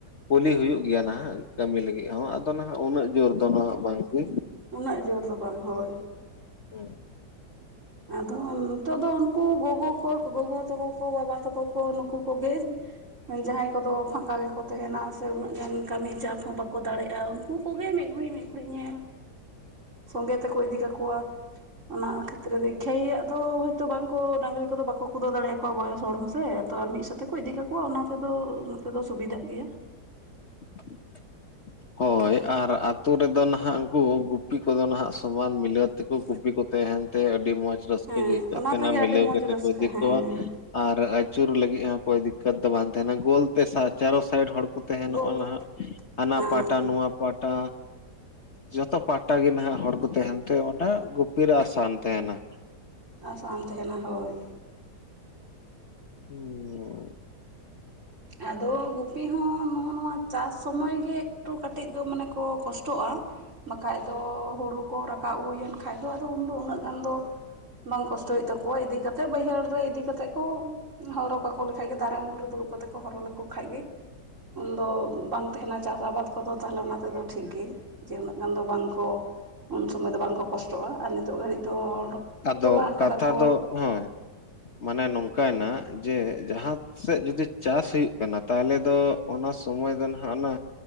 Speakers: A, on the left (about 45°); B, on the right (about 45°).
A: ᱠᱩᱞᱤ ᱦᱩᱭᱩᱜ ᱜᱮᱭᱟ, ᱱᱟᱦᱟᱜ ᱠᱟᱹᱢᱤ ᱞᱟᱹᱜᱤᱫ ᱦᱚᱸ ᱟᱫᱚ ᱱᱟᱦᱟᱜ ᱩᱱᱟᱹᱜ ᱡᱳᱨ ᱫᱚ ᱱᱟᱦᱟᱜ ᱵᱟᱝᱜᱮ
B: ᱩᱱᱟᱹᱜ ᱡᱳᱨ ᱫᱚ ᱵᱟᱝ ᱦᱳᱭ
A: ᱦᱮᱸ
B: ᱟᱫᱚ ᱱᱤᱛᱚᱜ ᱫᱚ ᱩᱱᱠᱩ ᱜᱚᱜᱚ ᱠᱚ ᱜᱚᱜᱚ ᱛᱟᱠᱚ ᱠᱚ ᱵᱟᱵᱟ ᱛᱟᱠᱚ ᱠᱚ ᱱᱩᱠᱩ ᱠᱚᱜᱮ ᱡᱟᱦᱟᱸᱭ ᱠᱚᱫᱚ ᱯᱷᱟᱸᱠᱟ ᱜᱮᱠᱚ ᱛᱟᱦᱮᱱᱟ ᱥᱮ ᱩᱱᱟᱹᱜ ᱜᱟᱱ ᱠᱟᱹᱢᱤ ᱪᱟᱯ ᱦᱚᱸ ᱵᱟᱠᱚ ᱫᱟᱲᱮᱭᱟᱜᱼᱟ᱾ ᱩᱱᱠᱩ ᱠᱚᱜᱮ ᱢᱤᱫ ᱜᱷᱲᱤ ᱢᱤᱫ ᱜᱷᱲᱤᱡ ᱧᱮᱞ᱾ ᱥᱚᱸᱜᱮ ᱛᱮᱠᱚ ᱤᱫᱤ ᱠᱟᱠᱚᱣᱟ ᱚᱱᱟ ᱠᱷᱟᱹᱛᱤᱨ ᱨᱮᱫᱚ ᱤᱠᱷᱟᱭᱟᱜ ᱫᱚ ᱦᱚᱭᱛᱚ ᱵᱟᱝᱠᱚ ᱰᱟᱝᱝᱨᱤ ᱠᱚᱫᱚ ᱵᱟᱠᱚ ᱠᱩᱫᱟᱹ ᱫᱟᱲᱮᱭᱟᱠᱚᱣᱟ ᱵᱚᱭᱚᱥ ᱦᱚᱲ ᱦᱚᱸ ᱥᱮ ᱛᱚ ᱟᱨ ᱢᱤᱫ ᱥᱟᱛᱮ ᱠᱚ ᱤᱫᱤ ᱠᱟᱠᱚᱣᱟ ᱚᱱᱟ ᱛᱮᱫᱚ ᱱᱚᱛᱮ ᱫᱚ ᱥᱩᱵᱤᱫᱷᱟᱜ ᱜᱮᱭᱟ᱾
A: <inaudible> ᱦᱳᱭ ᱟᱨ ᱟᱛᱳ ᱨᱮᱫᱚ ᱱᱟᱦᱟᱜ ᱩᱱᱠᱩ ᱜᱩᱯᱤ ᱠᱚᱫᱚ ᱱᱟᱦᱟᱜ ᱥᱚᱢᱟᱱ ᱢᱤᱞᱟᱹᱣ ᱛᱮᱠᱚ ᱜᱩᱯᱤ ᱠᱚ ᱛᱟᱦᱮᱱ ᱛᱮ ᱟᱹᱰᱤ ᱢᱚᱸᱡᱽ ᱨᱟᱹᱥᱠᱟᱹ
B: ᱦᱮᱸ
A: ᱜᱮ ᱟᱹᱭᱠᱟᱹᱜ
B: ᱚᱱᱟ
A: ᱛᱟᱦᱮᱱᱟ
B: ᱛᱮᱜᱮ ᱟᱹᱰᱤ
A: ᱢᱤᱞᱟᱹᱣ
B: ᱢᱚᱸᱡᱽ
A: ᱠᱟᱛᱮ
B: ᱨᱟᱹᱥᱠᱟᱹ
A: ᱠᱚ ᱤᱫᱤ
B: ᱦᱮᱸ
A: ᱠᱚᱣᱟ ᱟᱨ ᱟᱫᱩ ᱟᱪᱩᱨ ᱞᱟᱹᱜᱤᱫ ᱦᱚᱸ ᱚᱠᱚᱭ ᱫᱤᱠᱠᱚᱛ ᱫᱚ ᱵᱟᱝ ᱛᱟᱦᱮᱱᱟ ᱜᱳᱞᱛᱮ ᱪᱟᱨᱚ ᱥᱟᱭᱤᱰ ᱦᱚᱲ ᱠᱚ ᱛᱟᱦᱮᱱᱚᱜᱼᱟ᱾
B: ᱜᱳᱞ
A: ᱦᱟᱱᱦᱟ
B: ᱦᱮᱸ
A: ᱯᱟᱦᱴᱟ ᱱᱚᱣᱟ ᱯᱟᱦᱴᱟ᱾ ᱡᱚᱛᱚ ᱯᱟᱦᱴᱟ ᱜᱮ ᱱᱟᱦᱟᱜ ᱦᱚᱲ ᱠᱚ ᱛᱟᱦᱮᱱ ᱛᱮ ᱚᱰᱮ ᱜᱩᱯᱤᱨᱟᱜ ᱥᱟᱱ ᱛᱟᱦᱮᱱᱟ
B: ᱟᱥᱟᱱ ᱛᱟᱦᱮᱱᱟ ᱦᱳᱭ᱾
A: ᱦᱮᱸ
B: ᱟᱫᱚ ᱜᱩᱯᱤ ᱦᱚᱸ ᱱᱚᱜᱼᱚ ᱱᱚᱣᱟ ᱪᱟᱥ ᱥᱚᱢᱚᱭ ᱜᱮ ᱮᱠᱴᱩ ᱠᱟᱹᱴᱤᱡ ᱫᱚ ᱢᱟᱱᱮ ᱠᱚ ᱠᱚᱥᱴᱚᱜᱼᱟ᱾ ᱵᱟᱠᱷᱟᱡ ᱫᱚ ᱦᱩᱲᱩ ᱠᱚ ᱨᱟᱠᱟᱵ ᱦᱩᱭᱮᱱ ᱠᱷᱟᱡ ᱫᱚ ᱟᱫᱚ ᱩᱱᱫᱚ ᱩᱱᱟᱹᱜ ᱜᱟᱱ ᱫᱚ ᱵᱟᱝ ᱠᱚᱥᱴᱚ ᱦᱩᱭᱩᱜ ᱛᱟᱠᱚᱣᱟ ᱤᱫᱤ ᱠᱟᱛᱮᱮᱫ ᱵᱟᱹᱭᱦᱟᱹᱲ ᱨᱮ ᱤᱫᱤ ᱠᱟᱛᱮᱮᱫ ᱠᱚ ᱦᱚᱨᱚᱜ ᱠᱟᱠᱚ ᱞᱮᱠᱷᱟᱡ ᱜᱮ ᱫᱟᱨᱮ ᱩᱢᱩᱞ ᱨᱮ ᱫᱩᱲᱩᱵ ᱠᱟᱛᱮᱜ ᱦᱚᱨᱚ ᱞᱮᱠᱷ ᱠᱷᱟᱭᱜᱮ ᱩᱱᱫᱚ ᱵᱟᱝ ᱛᱟᱦᱮᱱᱟ ᱪᱟᱥ ᱟᱵᱟᱫ ᱠᱚᱫᱚ ᱛᱟᱦᱞᱮ ᱚᱱᱟ ᱛᱮᱫᱚ ᱴᱷᱤᱠ ᱜᱮ ᱡᱮ ᱩᱱᱟᱹᱜ ᱜᱟᱱ ᱫᱚ ᱵᱟᱝᱠᱚ ᱩᱱ ᱥᱚᱢᱚᱭ ᱫᱚ ᱵᱟᱝ ᱠᱚ ᱠᱚᱥᱴᱚᱜᱼᱟ ᱟᱨ ᱱᱤᱛᱚᱜ ᱜᱷᱟᱹᱲᱤᱡ ᱫᱚ
A: ᱟᱫᱚ
B: ᱛᱚᱞᱟ
A: ᱠᱟᱛᱷᱟ
B: ᱠᱟᱫᱟ ᱠᱚ
A: ᱫᱚ ᱦᱳᱭ ᱢᱟᱱᱮ ᱱᱚᱝᱠᱟᱭᱮᱱᱟ ᱡᱮ ᱡᱟᱦᱟᱸ ᱥᱮᱫ ᱡᱩᱫᱤ ᱪᱟᱥ ᱦᱩᱭᱩᱜ ᱠᱟᱱᱟ ᱛᱟᱦᱚᱞᱮ ᱫᱚ ᱚᱱᱟ ᱥᱚᱢᱚᱭ ᱫᱚ ᱱᱟᱟᱜ ᱚᱱᱟ